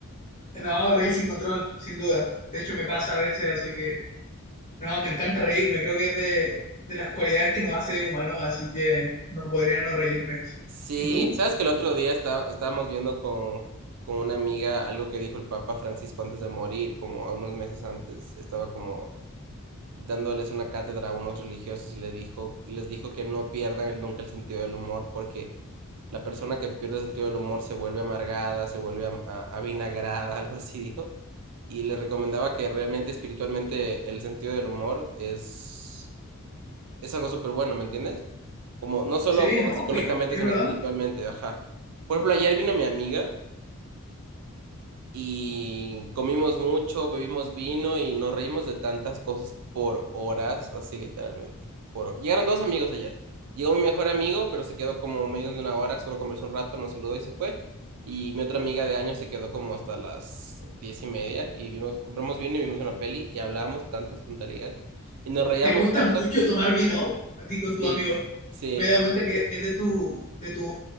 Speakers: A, on the left; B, on the right.
A: No, reír sin control, sin duda. De hecho, me pasa a veces, así que no, me encanta reírme. Creo que es de, de las cualidades que nos hace humanos, así que no podría no reírme. sí.
B: Sí,
A: ¿Y tú?
B: sabes que el otro día está- estábamos viendo con, con una amiga algo que dijo el Papa Francisco antes de morir, como a unos meses antes, estaba como dándoles una cátedra a unos religiosos y, le dijo, y les dijo que no pierdan el, nunca el sentido del humor porque la persona que pierde el sentido del humor se vuelve amargada, se vuelve am- a- avinagrada, <laughs> algo así dijo. Y les recomendaba que realmente espiritualmente el sentido del humor es, es algo súper bueno, ¿me entiendes? Como, no solo
A: Sí,
B: como
A: ¿no?
B: psicológicamente,
A: Y, y es
B: sino
A: verdad.
B: espiritualmente, ajá. Por ejemplo, ayer vino mi amiga y comimos mucho, bebimos vino y nos reímos de tantas cosas por horas, así literalmente. Por... hor- Llegaron dos amigos ayer. Llegó mi mejor amigo, pero se quedó como menos de una hora, solo conversó un rato, nos saludó y se fue. Y mi otra amiga de años se quedó como hasta las diez y media y vimos, compramos vino y vimos una peli y hablábamos tantas tonterías y nos reíamos
A: ¿Te gusta
B: tanto.
A: mucho tomar vino a ti con tus
B: Sí,
A: amigos?
B: sí,
A: Me he dado cuenta que es de, tu, de tus